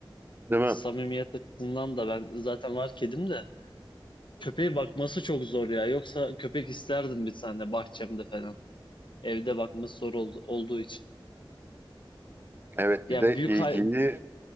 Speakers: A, on the right; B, on the left.
A: Değil mi?
B: Samimiyet açısından da ben zaten var kedim de. Köpeğe bakması çok zor ya. Yoksa köpek isterdim bir tane bahçemde falan. Evde bakması zor oldu, olduğu için.
A: Evet
B: Ya
A: bir de
B: büyük
A: ilgiyi
B: hay